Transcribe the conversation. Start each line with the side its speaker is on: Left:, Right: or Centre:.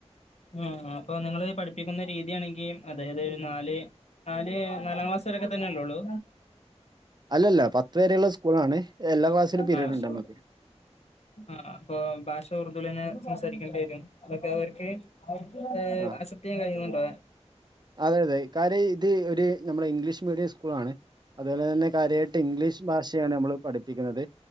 Left: ആഹ് ആഹ് പ്പൊ നിങ്ങള് പഠിപ്പിക്ക്ന്ന രീത്യാണെങ്കി അതായതൊര് നാല് നാല് നാലാം ക്ലാസ് വെരെക്കെ തന്നെല്ലൊള്ളൂ.
Right: അല്ലല്ല പത്ത് വെരെള്ള സ്കൂളാണ് എല്ലാ ക്ലാസിലും പിരീഡ്ണ്ടമ്മക്ക്.
Left: ആഹ് ആഹ് അപ്പൊ ഭാഷ ഉർദു ലെന്നെ സംസാരിക്കേണ്ടി വെരോ? അതൊക്കവർക്ക്. ഏഹ്
Right: ആഹ്
Left: അക്സെപ്റ്റെയ്യാൻ കയ്യ്ന്നുണ്ടോ?
Right: അതെ അതെ കാര്യം ഇത് ഒരു നമ്മളെ ഇംഗ്ലീഷ് മീഡിയം സ്കൂളാണ്. അത്പോലെ തെന്നെ കാര്യായിട്ട് ഇംഗ്ലീഷ് ബാഷയാണ് അമ്മള് പഠിപ്പിക്കുന്നത്.